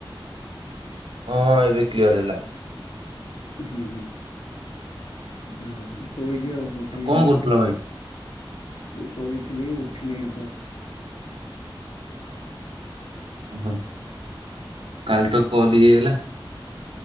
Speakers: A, on the right; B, on the left.
A: ହଁ ଏବେ କ୍ଲିୟର ହେଲା
B: ହୁଁ ହୁଁ ନା ଶୋଇଛି ଆଉ ଉଠିଲି
A: କଣ କରୁଥିଲ
B: ଜଷ୍ଟ
A: ଭାଇ?
B: ଶୋଇଥିଲି ଉଠିଲି ଜଷ୍ଟ
A: ଓ ହ କାଲି ତ କଲ ହେଇଗଲା